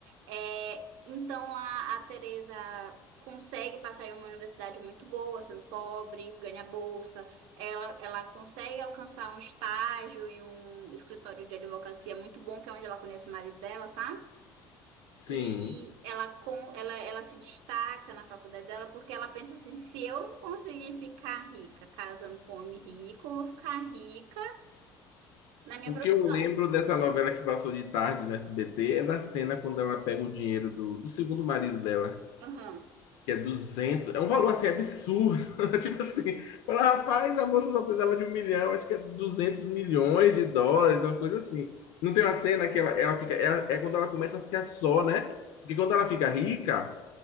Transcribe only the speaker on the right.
é, então a, a Tereza consegue passar em uma universidade muito boa, sendo pobre, ganha bolsa, ela, ela consegue alcançar um estágio em um escritório de advocacia muito bom, que é onde ela conhece o marido dela, sabe?
E ela, com, ela, ela se destaca na faculdade dela porque ela pensa assim: se eu conseguir ficar rica casando com homem rico, eu vou ficar rica na minha
profissão.
Aham.